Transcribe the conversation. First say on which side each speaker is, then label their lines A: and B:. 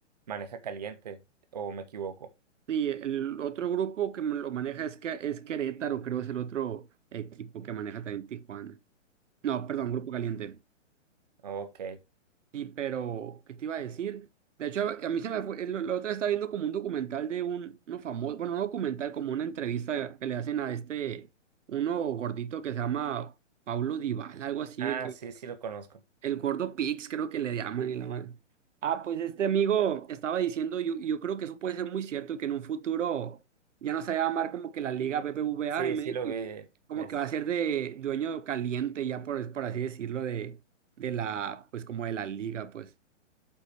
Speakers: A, on the right; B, on the right.
A: maneja Caliente, o me equivoco.
B: Sí, el otro grupo que me lo maneja es, que, es Querétaro, creo es el otro equipo que maneja también Tijuana. No, perdón,
A: O-
B: Grupo Caliente.
A: Ok.
B: Sí, pero, ¿qué te iba a decir? De hecho, a a mí se me fue, el- la otra estaba viendo como un documental de un, uno famoso, bueno, no documental, como una entrevista que le hacen a este, uno gordito que se llama Pablo Dybala, algo así,
A: Ah,
B: de que
A: sí, sí lo conozco.
B: El gordo Pix, creo que le llaman y la madre. Ah, pues este amigo estaba diciendo, yo, yo creo que eso puede ser muy cierto, que en un futuro ya no se va a llamar como que la Liga BBVA
A: Sí,
B: MX,
A: sí lo vi.
B: como
A: Es,
B: que va a ser de dueño caliente, ya por, por así decirlo, de, de la, pues como de la liga, pues.